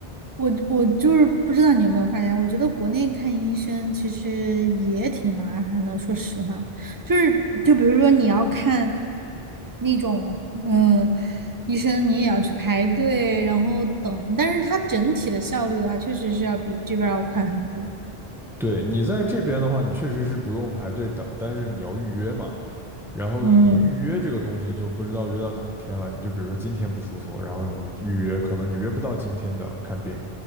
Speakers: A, on the right; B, in the centre.
A: 我我就是不知道你有没有发现，我觉得国内看医生其实也挺麻烦的。说实话，就是就比如说你要看那种嗯、呃医生，你也要去排队，然后等。但是它整体的效率的话，确实是要比这边儿要快很多。
B: 对你在这边的话，你确实是不用排队等，但是你要预约嘛，然后你预约这个东西就不知道约到哪一天了，
A: 嗯，
B: 你就比如说今天不舒服，然后你预约，可能你约不到今天的看病，